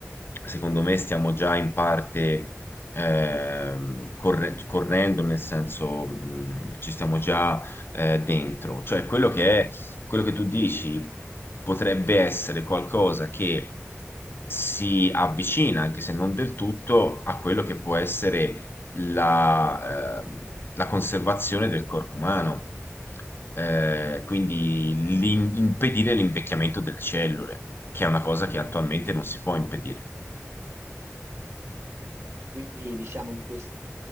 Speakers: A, on the left; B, on the right.
A: secondo me, stiamo già in parte ehm, corre- correndo, nel senso mh, ci stiamo già eh, dentro. Cioè quello che è, quello che tu dici potrebbe essere qualcosa che si avvicina, anche se non del tutto, a quello che può essere la, ehm, la conservazione del corpo umano. Eh, quindi l'im- impedire l'invecchiamento delle cellule, che è una cosa che attualmente non si può impedire.
B: Quindi, diciamo, in questo